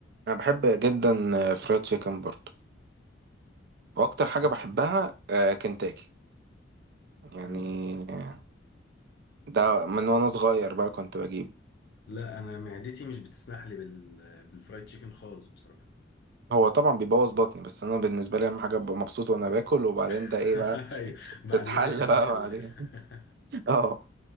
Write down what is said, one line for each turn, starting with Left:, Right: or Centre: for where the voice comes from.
Right: انا بحب جدا آه، فرايد تشيكن برضه واكتر حاجه
Left: بس
Right: بحبها آه، كنتاكي يعني
Left: مم.
Right: آه، ده من وانا صغير
Left: آه.
Right: بقى كنت بجيبه
Left: لا انا معدتي مش بتسمح لي بال بالفرايد تشيكن خالص بصراحه
Right: هو طبعا بيبوظ بطني بس انا بالنسبه لي اهم حاجه ابقى مبسوط وانا باكل وبعدين
Left: <laughs>
Right: ده ايه بقى
Left: ايوه بعد
Right: تتحل
Left: كده يحلها
Right: بقى
Left: الحلال
Right: بعدين
Left: <laughs>
Right: <laughs> اه